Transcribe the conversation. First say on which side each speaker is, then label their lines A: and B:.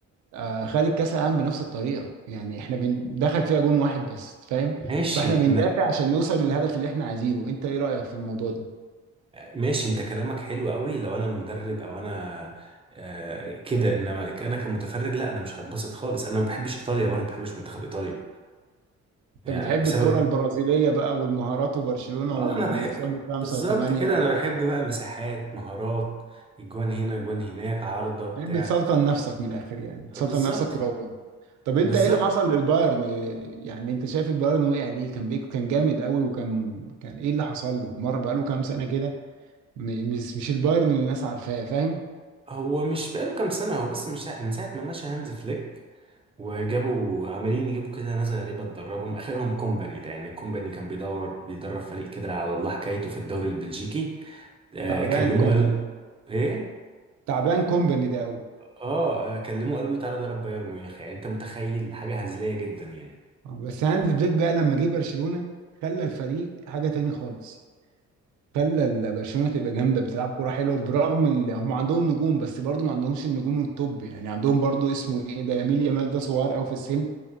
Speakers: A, on the right (about 75°); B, on the right (about 20°).
A: آه خدت كاس العالم بنفس الطريقه يعني احنا بن... دخل فيها جون واحد بس فاهم
B: ماشي
A: فاحنا
B: ما
A: بندافع عشان نوصل للهدف اللي احنا عايزينه انت ايه رايك في الموضوع ده
B: ماشي انت كلامك حلو قوي لو انا المدرب او انا آه كده انما انا كمتفرج لا انا مش هتبسط خالص انا ما بحبش ايطاليا برضه ما بحبش منتخب ايطاليا
A: انت
B: يعني
A: بتحب
B: بسبب
A: الكره البرازيليه بقى والمهارات وبرشلونه
B: اه
A: واللي
B: انا بحب
A: يكسبوا خمسه
B: بالظبط
A: وثمانيه
B: كده انا بحب بقى مساحات مهارات اجوان هنا اجوان هناك عارضة بتاع
A: يعني بتسلطن نفسك من الاخر يعني بتسلطن
B: بالظبط
A: نفسك كرويا طب انت
B: بالظبط
A: ايه اللي حصل للبايرن إيه- يعني انت شايف البايرن وقع ليه كان بيك كان جامد قوي وكان كان ايه اللي حصل له مره بقاله كام سنه كده م- مش مش البايرن اللي الناس عارفاه فاهم
B: هو مش بقاله كام سنة هو بس مش من ساعة ما مشى هانز فليك وجابوا عمالين يجيبوا كده ناس غريبة تدربهم آخرهم كومباني ده يعني الكومباني كان بيدور بيدرب فريق كده على الله حكايته في الدوري البلجيكي آه
A: تعبان
B: كلموه
A: كومباني
B: قال ايه
A: تعبان كومباني ده قوي
B: اه آه، كلموه قالوا له تعالى درب بايرن ميونخ يعني انت متخيل حاجة هزلية جدا يعني
A: آه، بس هانز فليك بقى لما جه برشلونه خلى الفريق حاجه تاني خالص خلى ال- برشلونه تبقى جامده بتلعب كوره حلوه برغم اللي هم عندهم نجوم بس برضو ما عندهمش النجوم التوب يعني عندهم برضو اسمه ايه ده يميل يامال ده صغير قوي في السن